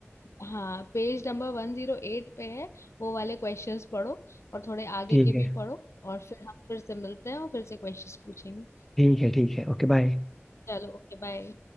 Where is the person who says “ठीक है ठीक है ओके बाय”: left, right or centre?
Centre